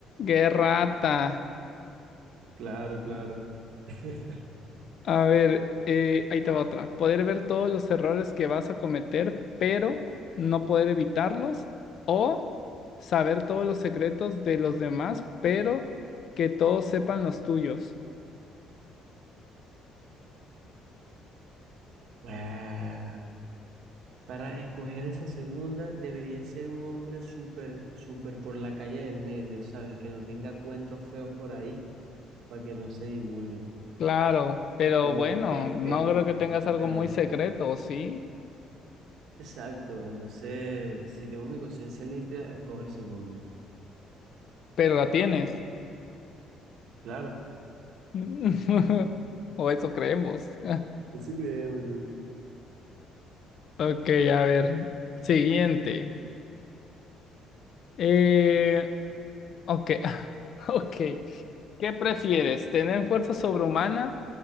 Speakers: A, on the left; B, on the right.
A: ¡Qué rata!
B: Claro, claro. <laughs>
A: A ver, eh, ahí te va otra. Poder ver todos los errores que vas a cometer, pero no poder evitarlos. O saber todos los secretos de los demás, pero que todos sepan los tuyos.
B: Wow. Para escoger esa segunda, debería ser un hombre súper, súper por la calle del medio, ¿sabes? Que no tenga cuentos feos por ahí para que no se divulguen.
A: Claro, pero
B: Porque,
A: bueno, no
B: pero,
A: creo que tengas algo
B: pero,
A: muy secreto, ¿o ¿sí?
B: exacto. Entonces, si tengo mi conciencia limpia, escojo el segundo.
A: Pero la tienes.
B: Claro.
A: <laughs> O eso creemos. <laughs>
B: Eso creemos.
A: Ok, a ver. Siguiente. Eh, ok, <laughs> ok. ¿Qué prefieres? ¿Tener fuerza sobrehumana,